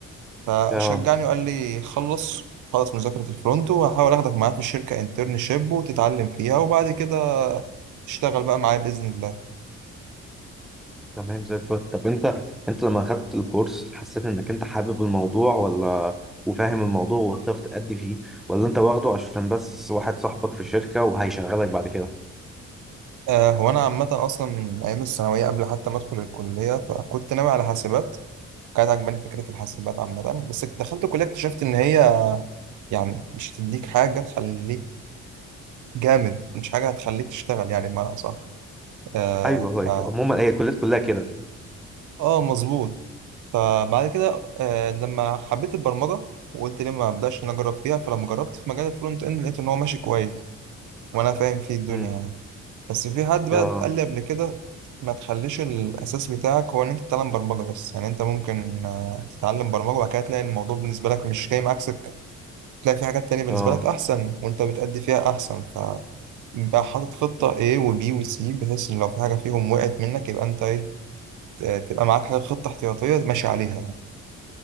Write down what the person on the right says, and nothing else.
فشجعني
وقال لي خلص خلص مذاكره الفرونت وهحاول اخدك معايا في الشركه انترنشيب وتتعلم فيها وبعد كده تشتغل بقى معايا باذن الله
آه هو انا عامه اصلا من ايام الثانويه قبل حتى ما ادخل الكليه فكنت ناوي على حاسبات كانت عجباني فكره الحاسبات عامه بس دخلت الكليه اكتشفت ان هي يعني مش هتديك حاجة تخليك جامد مش حاجة هتخليك تشتغل يعني بمعنى أصح آه
ف...
آه مظبوط فبعد كده آه لما حبيت البرمجة وقلت ليه ما أبدأش إن أنا أجرب فيها فلما جربت في مجال الفرونت إند لقيت إن هو ماشي كويس وأنا فاهم فيه الدنيا
يعني بس في حد بقى
قال لي قبل كده ما تخليش الأساس بتاعك هو إن أنت تتعلم برمجة بس يعني أنت ممكن آه تتعلم برمجة وبعد كده تلاقي الموضوع بالنسبة لك مش جاي معاك سكة تلاقي في حاجات تانية بالنسبة
لك أحسن وأنت بتأدي فيها أحسن انت حاطط خطة A و B و C بحيث ان لو في حاجة فيهم وقعت منك يبقى انت ايه ت- تبقى معاك حاجة خطة احتياطية ماشي عليها يعني.